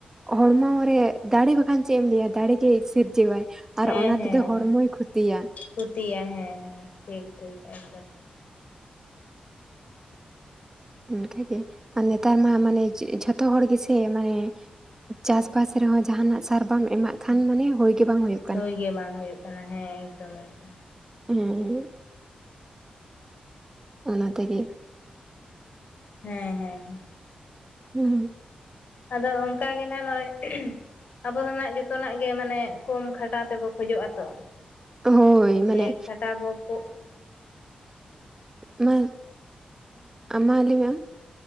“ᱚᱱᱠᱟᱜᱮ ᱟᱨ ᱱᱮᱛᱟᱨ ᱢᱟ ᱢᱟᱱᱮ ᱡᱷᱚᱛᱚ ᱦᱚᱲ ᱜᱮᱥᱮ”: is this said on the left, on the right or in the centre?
Right